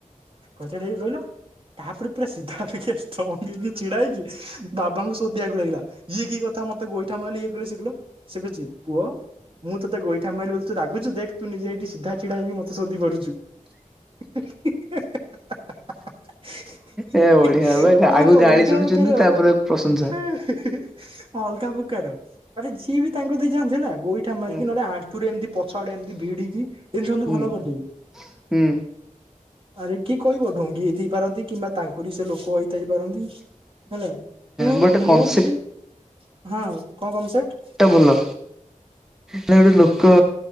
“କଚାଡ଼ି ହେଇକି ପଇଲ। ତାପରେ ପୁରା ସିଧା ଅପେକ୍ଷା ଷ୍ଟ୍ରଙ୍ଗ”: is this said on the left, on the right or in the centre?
Right